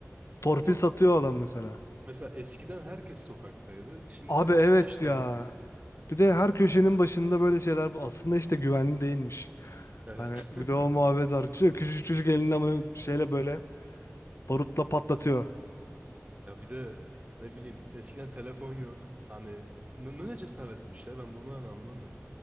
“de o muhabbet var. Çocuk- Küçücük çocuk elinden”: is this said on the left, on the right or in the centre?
Left